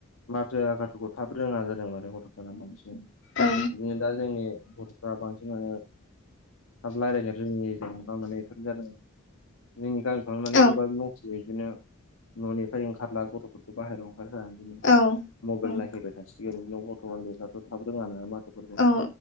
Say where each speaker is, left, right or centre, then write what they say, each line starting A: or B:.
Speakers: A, on the left; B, on the left.
A: माथो आुखौ थाब रोङा जादों माने बांसिन
B: औ
A: बिदिनो दा जोंनि बरथ'फ्रा बांसिन थाब रायलायनो रोङै जों मा मे बेफोरनो ज जादों जोंनि गामि थ माने
B: औ
A: गोबां दथियो बिदिनो न'निफ्राय ओंखारला गथ'फोरखौ बाहेरायाव बिदिनो
B: औ
A: मबाइल नायफैबाय थासिगोन देफथ' थाब रोङा नालाय माथ'फोरखौ
B: औ